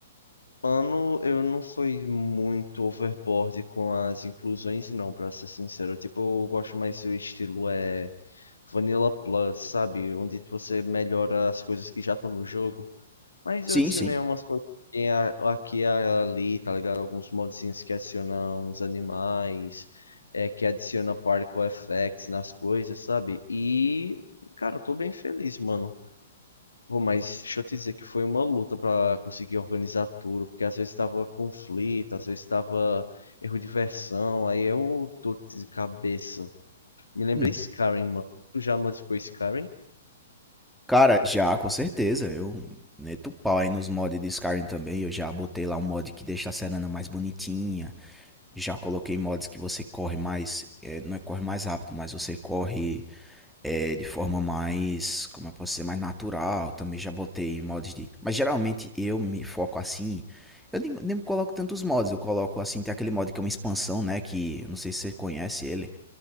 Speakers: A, on the left; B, in the centre.
A: Mano, eu não fui muito overboard com as inclusões, não, pra ser sincero. Tipo, eu gosto mais do estilo é Vanilla Plus, sabe? Onde você melhora as coisas que já estão no jogo. Mas
B: Sim,
A: eu adicionei
B: sim.
A: umas coisas que tem a- aqui e ali, tá ligado? Alguns modzinhos que adicionam uns animais, é, que adiciona particle effects nas coisas, sabe? E, cara, eu tô bem feliz, mano. Pô, mas deixa eu te dizer que foi uma luta pra conseguir organizar tudo, porque às vezes tava conflito, às vezes tava erro de versão, aí eu tô de cabeça. Me lembrei
B: Hum.
A: Skyrim, mano. Tu já modificou Skyrim?
B: Cara, já, com certeza. Eu meto o pau aí nos mods de Skyrim também. Eu já botei lá um mod que deixa a Serana mais bonitinha. Já coloquei mods que você corre mais. é, não é corre mais rápido, mas você corre é, de forma mais. Como eu posso dizer? Mais natural. Também já botei mods de. Mas geralmente eu me foco assim. Eu nem, nem coloco tantos mods. Eu coloco assim. Tem aquele mod que é uma expansão, né? Que eu não sei se você conhece ele.